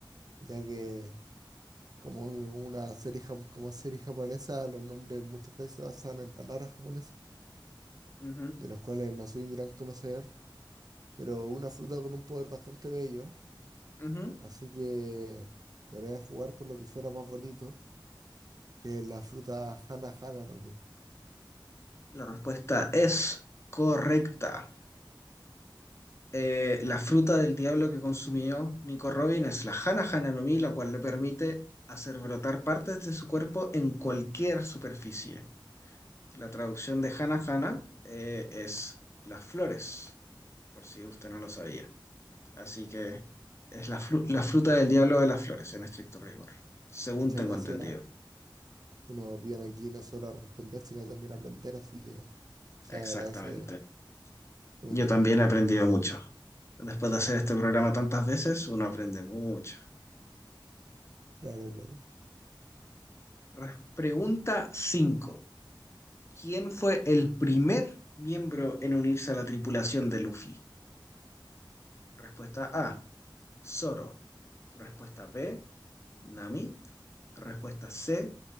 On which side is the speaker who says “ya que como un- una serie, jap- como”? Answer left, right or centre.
Right